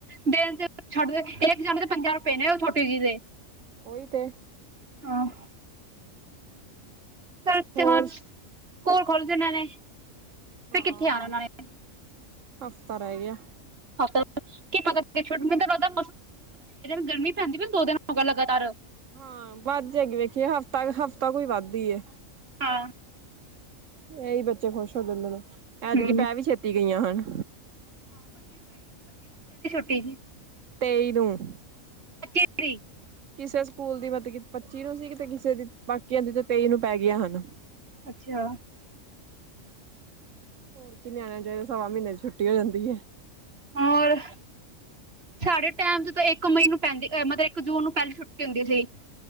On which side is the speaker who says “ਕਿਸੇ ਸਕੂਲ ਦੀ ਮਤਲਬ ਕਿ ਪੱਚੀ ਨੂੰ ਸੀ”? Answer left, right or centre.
Right